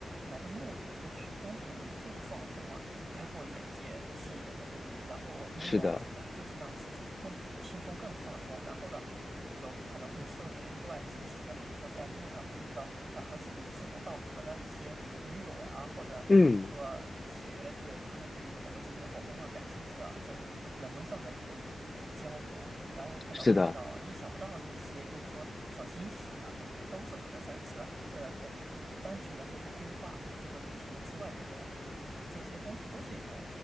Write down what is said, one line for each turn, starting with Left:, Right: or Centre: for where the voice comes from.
Right: 来的目的和初衷就是为，就是放松嘛，开阔眼界、视野的，对不对？然后拥抱自然，
Left: 是的，
Right: 就是让自己更轻松、更放松。然后呢，有有可能会受点意外之喜啊，比如说在路上会遇到呃和自己志同道合的一些驴友啊，或者就是说一起就是他们对某个景点或文化感兴趣的，
Left: 嗯，
Right: 这是人文上的可能有交流，然后可能会遇到意想不到的一些就是说小惊喜啊，
Left: 是的，
Right: 对不对？都是可能在这呃呃呃单纯的就是说规划就是旅行的之外一些东西，对不对？这些东西都是一种